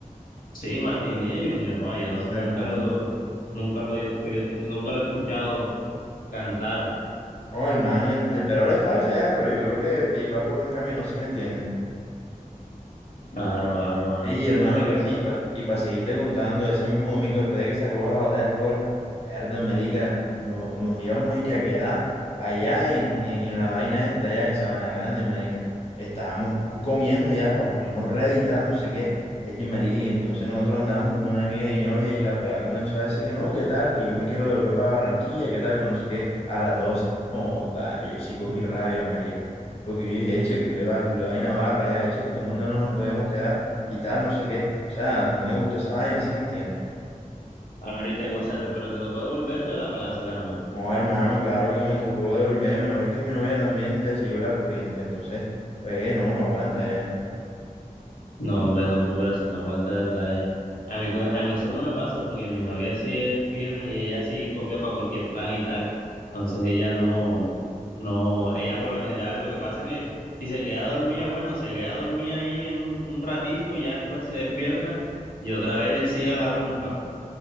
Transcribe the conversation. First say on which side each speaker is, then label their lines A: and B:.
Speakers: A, on the left (about 85°); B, on the left (about 45°).
A: Sí, Martín Elías Junior, joa, yo
B: Dice,
A: no- nunca
B: hermano.
A: lo, nunca lo, he escu- nunca lo he escuchado Cantar.
B: Oh, el man, el, el pelado le falta ya, pero yo creo que tie- va por buen camino, ¿sí me entiende?
A: claro, claro, claro.
B: Ey, hermano,
A: Mira
B: pues
A: que
B: sí,
A: no.
B: pa- y para seguirte contando, ese mismo domingo, después de que se acabó la batalla de Flores, herda, marica, no, nos íbamos y que a quedar allá en, en, en la vaina esta, allá en Sabana Grande, marica. Estábamos comiendo ya para ponernos ready y tal, no sé qué. Ey, marica, y entonces nosotros andábamos con una amiga de mi novia y la pela comenzó a decir que no, qué tal, que yo me quiero volver para Barranquilla, qué tal, que no sé qué, a las 12. Joda, yo sí cogí rabia, marica. Porque yo dije, eche, culé, va- culé vaina barra, ya, eche, porque en mundo no nos podíamos quedar y tal, no sé qué. O sea, no me gustó esa vaina, ¿sí me entiendes?
A: Ahorita y te enguesaste, pero te tocó devolverte o la pala se calmó.
B: No, hermano, claro que me tocó devolverme, no es que mi novia también le siguió la corriente, entonces, pues no, no aguanta ya.
A: No, hombre, no, hombre, pero si no aguanta, de verdad. eh. A mí, co- a mí eso no me pasa porque mi novia sí es firme y ella sí copia para cualquier plan y tal. Entonces ella no, no, ella por lo general lo que pasa es que si se queda dormida, bueno, se queda dormida ahí en un, un ratico y ya después se despierta y otra vez le sigue a la rumba.